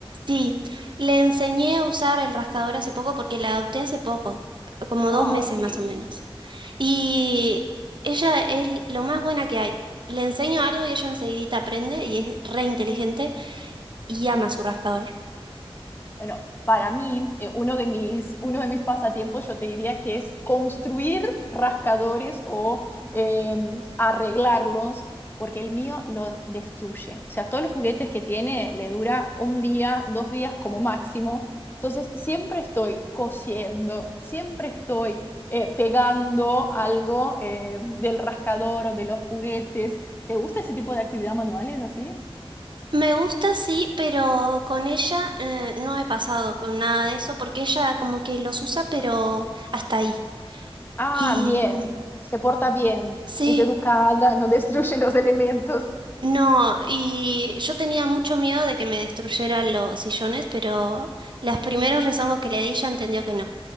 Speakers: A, on the right (about 50°); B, on the left (about 20°).
A: Sí, le enseñé a usar el rascador hace poco porque la adopté hace poco, como
B: Ay,
A: dos meses
B: qué
A: más
B: lindo.
A: o menos. Y ella es lo más buena que hay. Le enseño algo y ella enseguidita aprende y es re inteligente y ama su rascador.
B: Bueno, para mí, eh, uno de mis, uno de mis pasatiempos, yo te diría que es construir rascadores o eh, arreglarlos, porque el mío lo destruye. O sea, todos los juguetes que tiene le dura un día, dos días como máximo. Entonces, siempre estoy cosiendo, siempre estoy eh, pegando algo eh, del rascador o de los juguetes. ¿Te gusta ese tipo de actividad manuales así?
A: Me gusta, sí, pero con ella eh, no he pasado con nada de eso porque ella como que los usa, pero hasta ahí.
B: Ah,
A: Y
B: bien, se porta bien,
A: sí.
B: es educada, no <laughs> destruye los elementos.
A: No, y yo tenía mucho miedo de que me destruyeran los sillones, pero los primeros rezongos que le di ya entendió que no.